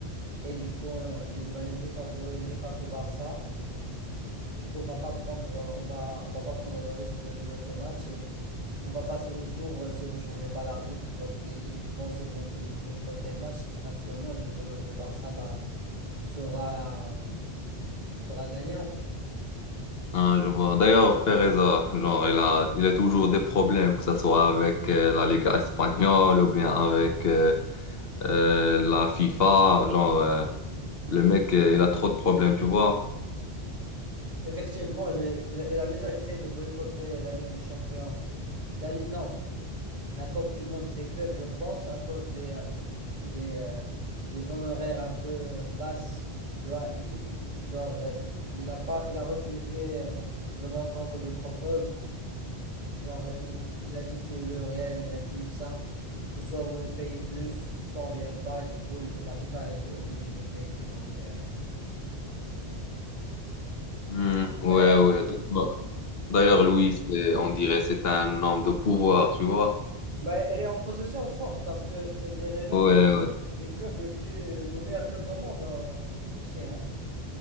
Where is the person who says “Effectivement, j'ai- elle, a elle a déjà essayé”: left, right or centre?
Right